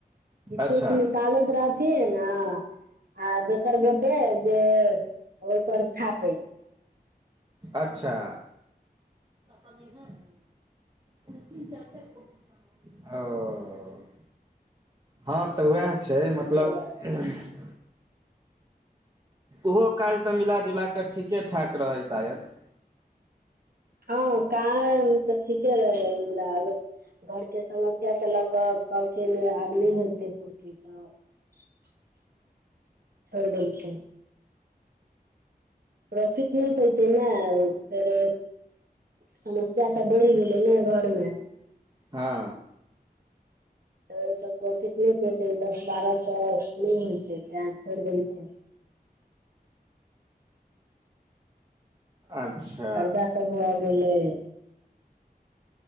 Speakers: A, on the right; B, on the right.
A: ई सिर्फ
B: अच्छा
A: निकालैत रहथिन आ आ दोसर गोटे जे ओहि पर छापय
B: अच्छा पा नहि हँ तीन-तीन चारि चार ग। <unintelligible> ओ हँ तऽ उएह छै मतलब
A: से बात
B: ओहो काज तऽ मिलाजुला कऽ ठीके ठाक रहै शायद
A: हँआ काम तऽ ठीके रहै मुदा। घरके समस्याके लऽ कऽ कहलखिन आब नहि हेतै पूर्ति तऽ, छोड़ि देलखिन प्रॉफिट नै पयते ने फेर समस्या तऽ बढ़ गेलै ने घर मे
B: हा।
A: तऽ ओहिसँ प्रॉफिट नै पेतै दस बारह सए नै होइतै तैँ छोड़ि देलकै
B: अच्छा
A: कर्जा सब भ गेलै।